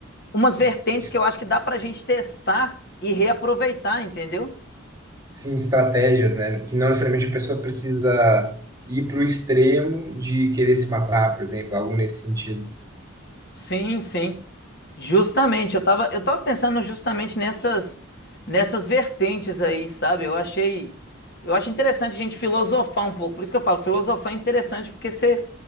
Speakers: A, on the left; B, on the right.
A: umas vertentes
B: é,
A: que eu acho que dá pra gente testar e reaproveitar, entendeu?
B: sim, estratégias, né? Que não necessariamente a pessoa precisa ir para o extremo de querer se matar, por exemplo, algo nesse sentido.
A: Sim, sim. Justamente, eu tava, eu tava pensando justamente nessas nessas vertentes aí, sabe? Eu achei eu acho interessante a gente filosofar um pouco. Por isso que eu falo, filosofar é interessante porque você